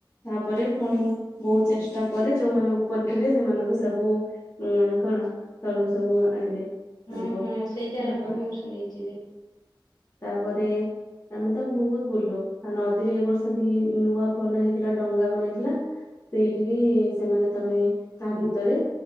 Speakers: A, on the left; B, on the left.
A: ତାପରେ ପୁଣି ବହୁତ ଚେଷ୍ଟା ପରେ ଯୋଉମାନେ ଉପର ଥିଲେ ସେମାନଙ୍କୁ ସବୁ ଉଁ କଣ? ତଳୁକୁ ସବୁ ଆଣିଲେ।
B: ହୁଁ
A: ତାଙ୍କୁ
B: ହୁଁ ସେଇଟା
A: ତାପ
B: ମୁଁ ଶୁଣିଛି ଦେଖ
A: ତାପରେ ଆମେ ତ ବହୁତ ବୁଲୁ ଆ ନଦୀରେ ଏବ ବର୍ଷ ବି ନୂଆ ବନା ହେଇଥିଲା ଡଙ୍ଗା ବନା ହେଇଥିଲା। ସେଇଠି ବି ସେମାନେ ତମେ ତା ଭିତରେ